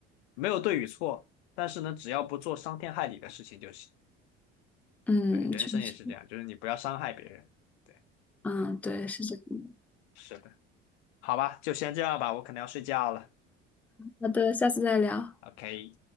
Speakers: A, on the left; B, in the centre.
A: 没有对与错，但是呢，只要不做伤天害理的事情就行。
B: 嗯，
A: 对，人生也是这样，
B: 确实，
A: 就是你不要伤害别人。对，
B: 嗯，对，是这样的。
A: 是的，好吧，就先这样吧，我可能要睡觉了。
B: 好的，下次再聊。
A: OK。